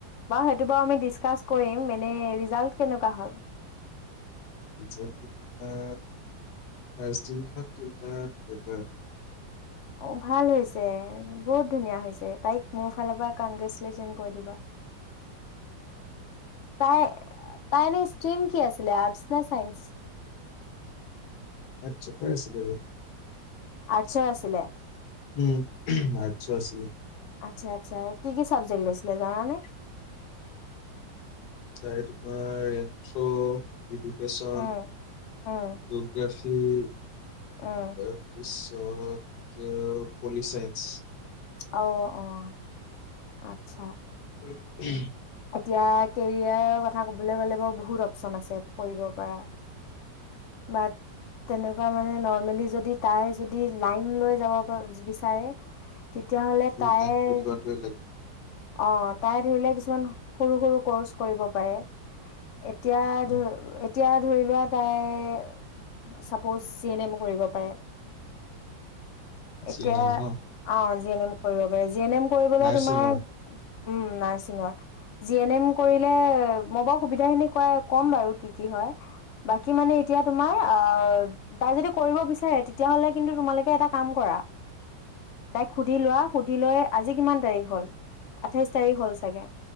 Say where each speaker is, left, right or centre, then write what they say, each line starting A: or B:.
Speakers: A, on the left; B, on the left.
A: বাউ সেইটো বাউ আমি ডিচকাছ কৰিম, এনে ৰিজাল্ট কেনেকুৱা হল?
B: ৰিজাল্টো তোমাৰ, ফাৰ্ষ্ট ডিভিজন তিনটাত লেটাৰ।
A: অ', ভাল হৈছে। বহুত ধুনীয়া হৈছে। তাইক মোৰ ফালৰ পৰা কনগ্ৰেচুলেশ্যন কৈ দিবা। তাই তাই এনে ষ্ট্ৰিম কি আছিলে, আৰ্টচ না চাইন্স?
B: আৰ্টচতে আছিলু।
A: আৰ্টচৰ আছিলে?
B: উম। আৰ্টচো আছ
A: আচ্ছা-আচ্ছা, কি কি চাবজেক্ট লৈছিলে জানানে?
B: তাই তোমাৰ এন্ঠ্ৰ ইডুকেশ্যন,
A: উম, উম,
B: জোগ্ৰাফি কি ইয়াৰ
A: উম,
B: পিছ <unintelligible> পোলি চাইন্ঞ্চ
A: অ', অ'। আত্ছা!
B: <unintelligible>
A: তিয়া, কেৰিয়াৰৰ কথা ক'বলৈ গ'লে, বহুত অপচন আছে কৰিব পাৰা। মাত তেনেকুৱা মানে, নৰ্মেলি যদি তাই যদি লাইন লৈ যাব প- বিচাৰে তেতিয়াহ'লে তাই
B: লাইনলৈ যোৱাটোৱে লাগে।
A: অ তাই ধৰিলে কিছুমান সৰু সৰু ক'ৰ্চ কৰিব পাৰে। এতিয়া
B: উম,
A: ধ এতিয়া ধৰি লোৱা তাই চাপ'জ জি এন এম কৰিব পাৰে।
B: জি
A: এতিয়া
B: এন এম ন
A: অ জি এন এম কৰিব পাৰ জি এন এম কৰিবলে
B: নাৰ্ছিঙৰ
A: তোমাৰ উম নাৰ্ছিঙৰ জি এন এম কৰিলে মই ব সুবিধাখিনি কম বাৰু কি কি হয় বাকী মানে এতিয়া তোমাৰ তাই যদি কৰিব বিচাৰে তেতিয়ালে কিন্তু তোমালোকে এটা কাম কৰা তাইক সুধি লোৱা সুধি লৈ আজি কিমান তাৰিখ হ'ল আঠাইছ তাৰিখ হ'ল চাগে